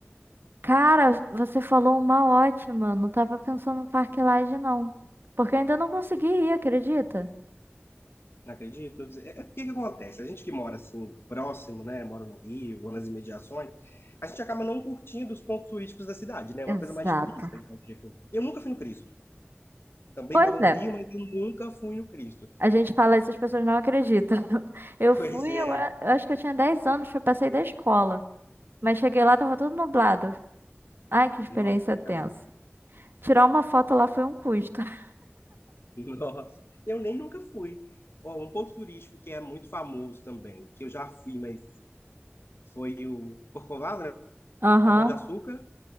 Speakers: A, on the right (about 55°); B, on the left (about 65°).
A: Cara, você falou uma ótima. Não tava pensando no Parque Lage, não. Porque eu ainda não consegui ir, acredita?
B: Não acredito. É é porque que acontece? A gente que mora assim, próximo, né? Mora no Rio ou nas imediações, a gente acaba não curtindo os pontos turísticos da cidade, né? É
A: Exato.
B: uma coisa mais de turista. Então, tipo, eu nunca fui no Cristo. Também
A: Pois
B: moro no Rio,
A: é.
B: mas eu nunca fui no Cristo. <laughs>
A: A gente fala isso, as pessoas não acreditam. <laughs> Eu
B: Pois
A: fui,
B: é.
A: eu, era- eu acho que eu tinha 10 anos, foi passei da escola. Mas cheguei lá, tava tudo nublado. Ai, que experiência
B: Nossa, que
A: tensa.
B: casa.
A: Tirar uma foto lá foi um custo. <laughs>
B: Nossa. Eu nem nunca fui. Ó, um ponto turístico que é muito famoso também, que eu já fui, mas foi o Corcovado, né?
A: Aham.
B: O Pão de Açúcar.